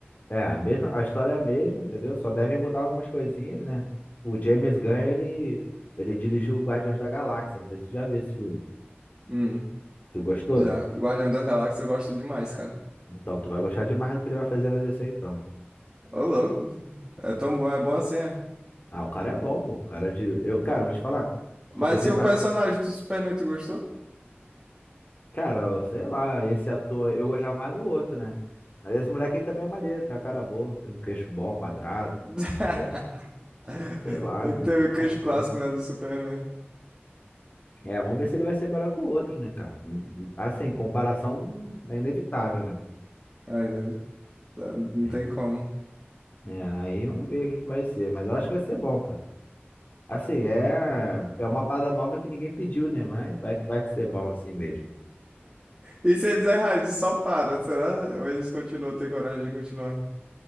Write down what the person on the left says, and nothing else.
É, a mesma, a história é a mesma, entendeu? Só devem mudar algumas coisinhas, né? O James Gunn, ele, ele dirigiu o Guardiões da Galáxia, não sei se tu já viu esse filme.
Tu gostou?
Então, tu vai gostar demais do que ele vai fazer na DC, então.
Ah, o cara é bom, pô. O cara de... Eu, cara, vou te falar. Quando
eu
vi
Guardiões
Cara, eu sei lá, esse ator, eu gostava mais do outro, né? Mas esse moleque aí também é maneiro, tem uma cara boa, tem um queixo bom, quadrado,
parece, sei lá,
né?
Vamos
ver.
É, vamos ver se ele vai ser melhor que o outro, né, cara? Hum, hum, Assim, comparação é inevitável, né?
É,
É, aí vamos ver o que que vai ser, mas eu acho que vai ser bom, cara. Assim, é, é uma parada nova que ninguém pediu, né? Mas vai que vai ser
bom assim mesmo.